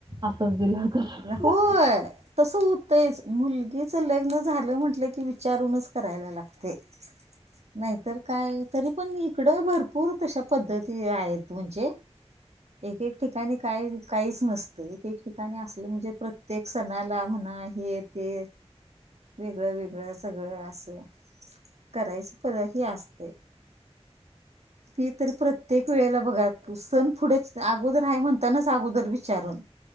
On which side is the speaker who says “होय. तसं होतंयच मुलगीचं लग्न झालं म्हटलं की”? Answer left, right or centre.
Right